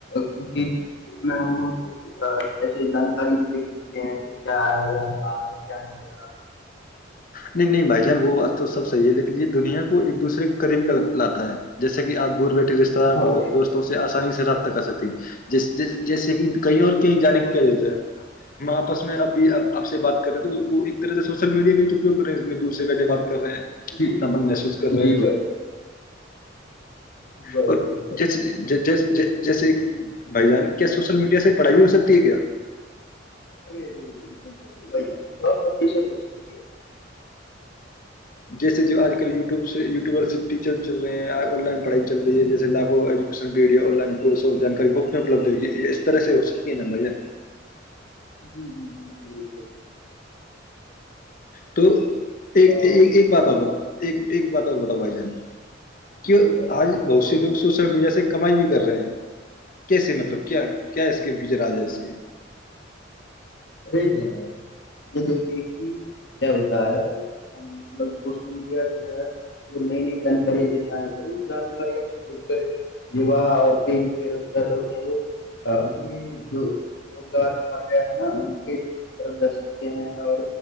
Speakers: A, on the left; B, on the left.
A: کیونکہ اس میں ہم کچھ ایسی جانکاری دیکھ سکتے ہیں کہ کیا ہو رہا ہے بار کیا نہیں ہو رہا
B: نہیں بھائی جان وہ بات تو سبحی ہے لیکن یہ دنیا کو ایک دوسر قریبی لاتا ہے جیسے کہ آپ دور بیٹھے رشتے داروں
A: ہاں
B: کو
A: بھائی جان
B: دوستوں سے آسانی سے رابطہ کر سکتی جیسے کہ کہیں اور کہیں جانے کی کیا ہم آپس میں اب آپ سے بات کریں تو طرح سے سوشل میڈیا کاوگ ز میں دوسرے گڈے بات کر رہے ہیں
A: جی
B: اپناپن محسوس کر رہے
A: جی
B: ہیں
A: بھائی جان جی بھائی
B: اور
A: جان جی بھائی
B: جس
A: جان
B: جس <unintelligible> جیسے بھائی جان کیا سوشل میڈیا سے پڑھائی ہو سکتی ہے کیا
A: ارے نہیں بالکل بالکل بھ سو بتی س تو ہو سکتی ہے
B: جیسے جو آج کل یوٹیوب یوٹیوبر سے ٹیچر چل رہے ہیں آن لائن پڑھائی چل رہی ہے جیسے لاکھوں ایجوکیشن پی آن لائن کورس اور جانکاری بک میں اپلبدھ ہوی اس طرح سے ہو سکتی ہے نا بھہ
A: جی جی بالکل بالکل
B: تو <inaudible> ایک
A: آ،
B: ایک بات آ ایک ایک بات اور بتاؤ بھائی جان کی
A: جی بھائی جان
B: آج
A: بولیے
B: بہت سے لوگ سوشل میڈیا سے کمائی بھی کر رہے ہیں کیسے مطلب کیا کیا اس کے وجراج ہے اس کے
A: ر جنا یہ دیکھ <unintelligible> یہ کہ کیا ہوتا ہے مطلب سوشل میڈیا جو ہے وہ نئی نئی جانکارییا دیتا ہے تو اس جانکاروں سے جڑ کر یہاہ اور کئی جو بے روزگار لوگ ہیں وہ اپنے جو روزگار مر گیا ہے ن ان کے طرف جا سکتے ہیں اور